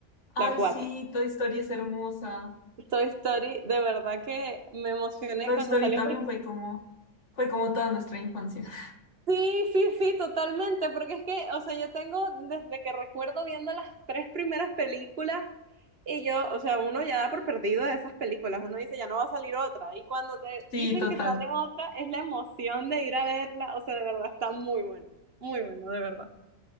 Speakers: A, on the left; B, on the right.
A: Ay,
B: la 4.
A: sí, Toy Story es hermosa.
B: Toy Story, de verdad que me emocioné
A: Toy
B: cuando
A: Story
B: salió
A: también
B: porque
A: fue como, fue como toda nuestra infancia. <laughs>
B: Sí, sí, sí, totalmente, porque es que, o sea, yo tengo desde que recuerdo viendo las tres primeras películas y yo, o sea, uno ya da por perdido de esas películas, uno dice ya no va a salir otra y cuando te
A: Sí,
B: dicen
A: total.
B: que sale otra es la emoción de ir a verla, o sea, de verdad está muy bueno, muy bueno, de verdad.